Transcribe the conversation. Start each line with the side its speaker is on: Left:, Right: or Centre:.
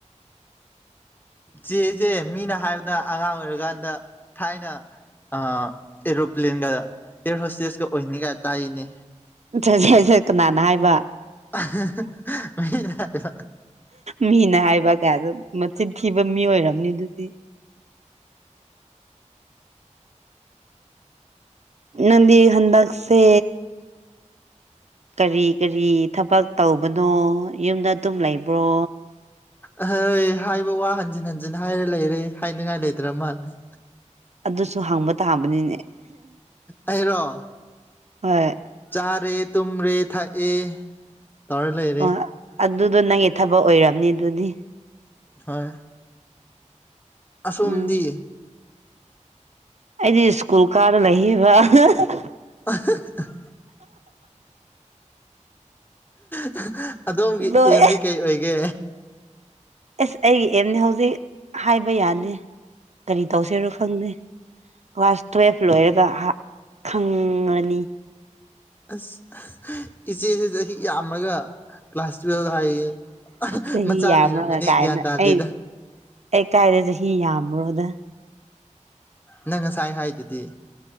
Left: ꯆꯦꯁꯦ ꯃꯤꯅ ꯍꯥꯏꯕꯗ ꯑꯉꯥꯡ ꯑꯣꯏꯔꯀꯥꯟꯗ ꯊꯥꯏꯅ ꯑ ꯑꯦꯔꯣꯄ꯭ꯂꯦꯟꯒ ꯑꯦꯌ꯭ꯔ ꯍꯣꯁꯇꯦꯁꯀ ꯑꯣꯏꯅꯤꯒꯥꯏ ꯇꯥꯏꯅꯦ
Right: <unintelligible> ꯀꯅꯥꯅ ꯍꯥꯏꯕ
Left: <unintelligible> ꯃꯤꯅ ꯍꯥꯏꯕ
Right: ꯃꯤꯅ ꯍꯥꯏꯕ ꯀꯥꯏꯅ ꯃꯆꯤꯟ ꯊꯤꯕ ꯃꯤ ꯑꯣꯏꯔꯝꯅꯤꯗꯨꯗꯤ ꯅꯪꯗꯤ ꯍꯟꯗꯛꯁꯦ ꯀꯔꯤ ꯀꯔꯤ ꯊꯕꯛ ꯇꯧꯕꯅꯣ ꯌꯨꯝꯗ ꯑꯗꯨꯝ ꯂꯩꯕ꯭ꯔꯣ
Left: ꯑꯍꯩ ꯍꯥꯏꯕ ꯋꯥ ꯍꯟꯖꯤꯟ ꯍꯟꯖꯤꯟ ꯍꯥꯏꯔ ꯂꯩꯔꯦ ꯍꯥꯏꯅꯤꯡꯉꯥꯏ ꯂꯩꯗ꯭ꯔ ꯃꯥꯜꯂꯦ꯫
Right: ꯑꯗꯨꯁꯨ ꯍꯪꯕ ꯇꯥꯕꯅꯤꯅꯦ꯫
Left: ꯑꯩꯔꯣ
Right: ꯍꯣꯏ
Left: ꯆꯥꯔꯦ ꯇꯨꯝꯔꯦ ꯊꯛꯑꯦ꯫ ꯇꯧꯔ ꯂꯩꯔꯦ
Right: ꯑꯣ ꯑꯗꯨꯗꯣ ꯅꯪꯒꯤ ꯊꯕꯛ ꯑꯣꯏꯔꯝꯅꯤ ꯑꯗꯨꯗꯤ
Left: ꯍꯣꯏ ꯑꯁꯣꯝꯗꯤ
Right: ꯎꯝ ꯑꯩꯗꯤ ꯁ꯭ꯀꯨꯜ ꯀꯥꯔ ꯂꯩꯌꯦꯕ ꯑꯍ ꯍ꯫
Left: ꯑꯍ <unintelligible> <unintelligible> ꯑꯗꯣꯝꯒꯤ
Right: ꯂꯣꯏ
Left: ꯑꯦꯝꯗꯤ ꯀꯩ ꯑꯣꯏꯒꯦ꯫
Right: ꯑꯁ ꯑꯩꯒꯤ ꯑꯦꯝꯗꯤ ꯍꯧꯖꯤꯛ ꯍꯥꯏꯕ ꯌꯥꯗꯦ ꯀꯔꯤ ꯇꯧꯁꯤꯔꯣ ꯈꯪꯗꯦ ꯀ꯭ꯂꯥꯁ ꯇꯨꯋꯦꯜꯐ ꯂꯣꯏꯔꯒ ꯈꯪꯪꯉꯅꯤ꯫
Left: ꯑꯁ <unintelligible> ꯏꯆꯦꯁꯤ ꯆꯍꯤ ꯌꯥꯝꯃꯒ꯫ ꯀ꯭ꯂꯥꯁ ꯇꯨꯌꯦꯜꯕ ꯍꯥꯏꯌꯦ
Right: ꯆꯍꯤ
Left: ꯃꯆꯥ
Right: ꯌꯥꯝꯔꯒ
Left: ꯂꯩꯔꯝꯃꯅꯤ
Right: ꯀꯥꯏꯅ
Left: ꯒ꯭ꯌꯥꯟ ꯇꯥꯗꯦꯗ꯫
Right: ꯑꯩ ꯑꯩ ꯀꯥꯏꯗ ꯆꯍꯤ ꯌꯥꯝꯕ꯭ꯔꯣꯗ
Left: ꯅꯪ ꯉꯁꯥꯏ ꯍꯥꯏꯗꯨꯗꯤ꯫